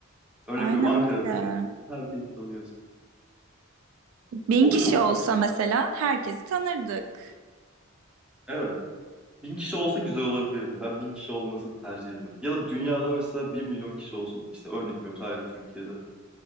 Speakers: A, in the centre; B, on the right.
A: Örnek
B: Aynen
A: veriyorum Ankara'da
B: öyle.
A: yaşıyorsun. Herkesi tanıyorsun.
B: Bin
A: O
B: kişi
A: da çok
B: olsa
A: garip.
B: mesela herkesi tanırdık.
A: Evet. Bin kişi olsa güzel olabilirdi. Ben bin kişi olmasını tercih ediyorum. Ya da dünyada mesela bir milyon kişi olsun. İşte örnek veriyorum sadece Türkiye'de.